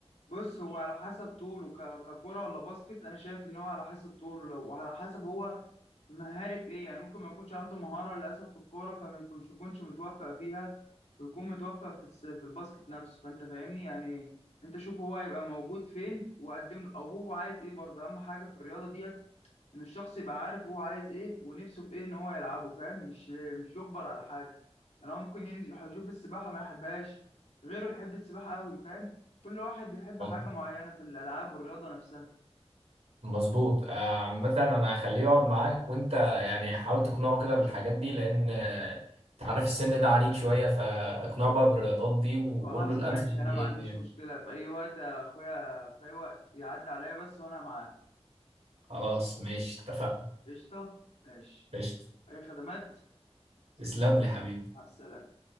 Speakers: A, on the left; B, on the right.
A: بص هو على حسب طوله ك- ككرة ولا باسكت انا شايف ان هو على حسب طوله لو وعلى حسب هو مهاري في ايه يعني ممكن ما يكونش عنده مهارة للأسف في الكورة فما يكونش يكونش متوفق فيها ويكون متوفق في الس- في الباسكت نفسه فأنت فاهمني يعني أنت شوف هو هيبقى موجود فين وقدم له أو هو عايز إيه برضه أهم حاجة في الرياضة ديت ان الشخص يبقى عارف هو عايز ايه ونفسه في ايه ان هو يلعبه فاهم مش مش يجبر على حاجه يعني هو ممكن ينزل يح- يشوف السباحه ما يحبهاش غيره يحب السباحه قوي فاهم كل واحد بيحب
B: مظبوط
A: حاجه معينه في الالعاب والرياضه نفسها
B: مظبوط. آه، عامة أنا هخليه يقعد معاك وأنت يعني حاول تقنعه كده بالحاجات دي لأن آه، أنت عارف السن ده عنيد شوية فاقنعه بقى بالرياضات دي وقول
A: خلاص
B: له الأمثل
A: ماشي
B: دي
A: انا ما
B: إيه
A: عنديش
B: يعني
A: مشكله في اي وقت يا اخويا في اي وقت يعدي عليا بس وانا معاه
B: خلاص ماشي اتفقنا
A: قشطه ماشي
B: قشطة
A: اي خدمات
B: تسلم لي حبيبي
A: مع السلامه